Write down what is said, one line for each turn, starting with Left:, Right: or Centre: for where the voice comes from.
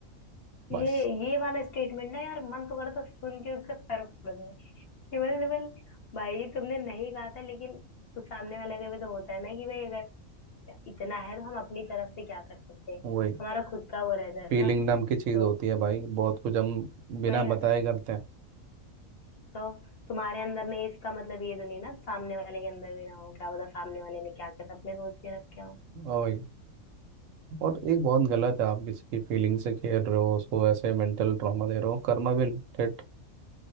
Right: बस
Left: ये ये वाला स्टेटमेंट ना यार मन तो करता है सुन के उसका सर फोड़ दे केवल केवल भाई तुमने नहीं कहा था लेकिन तो सामने वाला के भी तो होता है ना कि भाई अगर इतना है तो हम अपनी तरफ से क्या कर सकते हैं
Right: वही
Left: हमारा खुद का वो रहता है
Right: फीलिंग
Left: ना
Right: नाम की चीज़
Left: तो
Right: होती है भाई बहुत कुछ हम बिना
Left: वही ना
Right: बताए करते हैं
Left: तो तुम्हारे अंदर नहीं इसका मतलब ये तो नहीं ना सामने वाले के अंदर भी ना हो क्या पता सामने वाले ने क्या क्या सपने सोच के रखे हो
Right: ओए और एक बहुत गलत है आप किसी की फीलिंग से खेल रहे हो उसको ऐसे मेंटल ट्रॉमा दे रहे हो करना भी ठेट